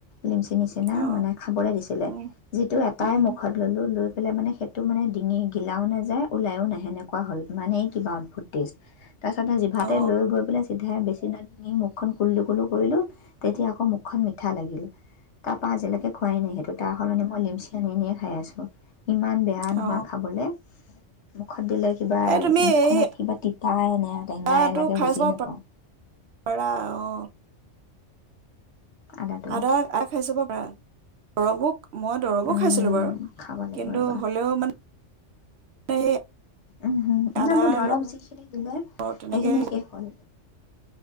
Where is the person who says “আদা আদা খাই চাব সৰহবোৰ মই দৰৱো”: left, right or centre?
Right